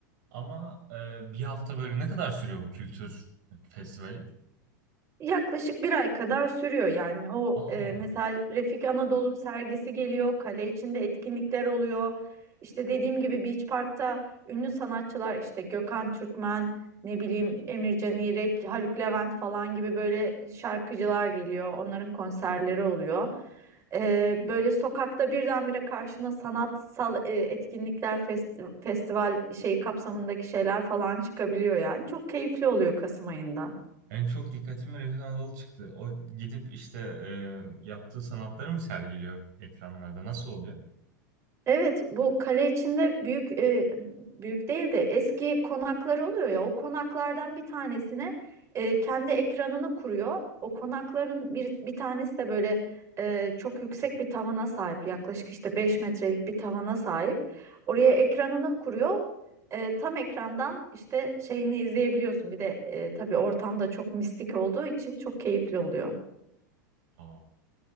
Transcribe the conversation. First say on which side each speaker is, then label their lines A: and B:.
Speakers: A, on the right; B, on the right.
A: Ama e, bir hafta böyle ne kadar sürüyor bu kültür festivali?
B: Yaklaşık bir ay kadar sürüyor yani. O
A: Aa,
B: e, mesela Refik Anadolu'nun sergisi geliyor, kale içinde etkinlikler oluyor. İşte dediğim gibi Beach Park'ta ünlü sanatçılar işte Gökhan Türkmen, ne bileyim Emircan İrek, Haluk Levent falan gibi böyle şarkıcılar geliyor. Onların konserleri oluyor. E, böyle sokakta birdenbire karşına sanatsal e, etkinlikler, festi- festival şey kapsamındaki şeyler falan çıkabiliyor yani. Çok keyifli oluyor Kasım ayında.
A: En çok dikkatimi Refik Anadolu çıktı. O gidip işte e, yaptığı sanatları mı sergiliyor ekranlarda? Nasıl oluyor?
B: Evet, bu kale içinde büyük e, büyük değil de eski konaklar oluyor ya. O konaklardan bir tanesine e, kendi ekranını kuruyor. O konakların bir bir tanesi de böyle e, çok yüksek bir tavana sahip. Yaklaşık işte 5 metrelik bir tavana sahip. Oraya ekranını kuruyor. E, tam ekrandan işte şeyini izleyebiliyorsun. Bir de e, tabii ortam da çok mistik olduğu için çok keyifli oluyor.
A: Aa,